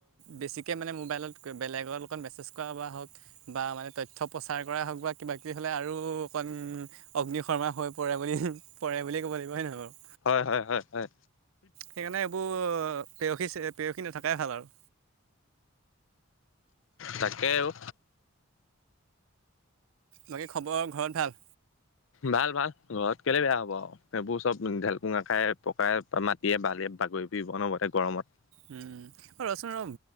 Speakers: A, on the right; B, on the left.
A: বেছিকে মানে মোবাইলত বেলেগৰ লগত মেছেজ কৰা বা হওক বা মানে তথ্য প্ৰচাৰ কৰাই হওক বা কিবা-কিবি হ'লে আৰু অকণ অগ্নি শৰ্মা হৈ পৰে বুলি হোঁহ্, পৰে বুলিয়ে ক'ব লাগিব। হয় নহয় বাৰু?
B: হয়, হয় হয় হয়।
A: সেইকাৰণে এইবোৰ প্ৰেয়সী চে প্ৰেয়সী নথকাই ভাল আৰু।
B: তাকে অ'।
A: বাকী খবৰ ঘৰত ভাল?
B: ভাল, ভাল। ঘৰত কেলে বেয়া হ'ব আও। সেইবোৰ চব ঢেলকুঙা খাই পকাই, মাটিয়ে, বালিয়ে বাগৰি ফুৰিব অনবৰতে গৰমত।
A: উম, অ ৰ' চোন ৰ'!